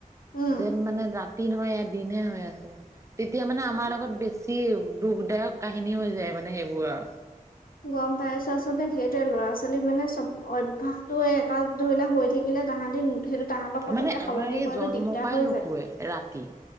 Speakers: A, on the left; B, on the right.
A: উম
B: যেন মানে- ৰাতি নহয় এইয়া দিন হে হৈয় আছে। তেতিয়া মানে আমাৰ লগত বেছ- ছি দুখদায়ক কাহিনী হৈ যায় মানে সেইবোৰ আৰু।
A: গম পাইছোঁ, আচলতে সেইটোৱে ল'ৰা-ছোৱালী মানে চব অভ্যয়াসটো এটা ধৰিলা হৈ থাকি- লে তাহাঁতি নুঠিলে তাহাঁতক পতককে
B: মানে আমাৰ
A: সলনি
B: এই
A: কৰাটো
B: জন্ম
A: দিগদাৰ
B: পাই
A: হৈ
B: নুশুৱে
A: যায়।
B: ৰাতি